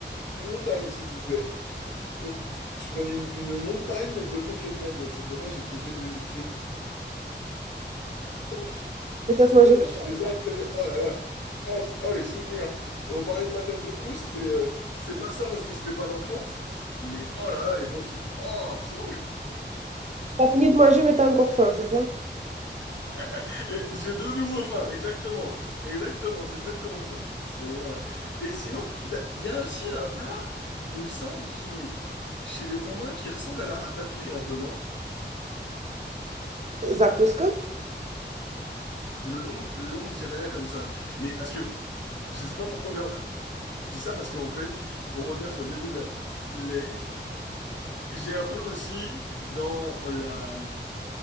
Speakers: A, on the left; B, on the right.
A: une montagne s'il vous plaît. Je prenais, je prenais une, une montagne de côtelettes d'agneau, c'était magique. Et je les, euh, je les- tac,
B: Et ça se mangeait
A: tac,
B: tout seul.
A: les uns après les... Oh là là! Ah, c- oh, les souvenirs! On parlait de Madeleine de Proust, c'est euh, c'est pas ça parce que c'était pas l'enfance, mais oh là là, les bons souvenirs. Oh! fou.
B: T'as fini de manger, mais t'as encore faim, c'est ça?
A: <laughs> Et J'ai de nouveau faim, exactement. Exactement, c'est exactement ça. C'est, voilà. Et sinon, vous a- il y a aussi un plat, il me semble, qui, chez les Roumains, qui ressemble à la ratatouille un peu, non?
B: Zakouska?
A: Le nom, le nom me dit rien comme ça. Mais parce que, je sais pas pourquoi, mais euh, je dis ça parce qu'en fait, pour revenir sur le début, de la- les- j'ai un peu aussi dans la,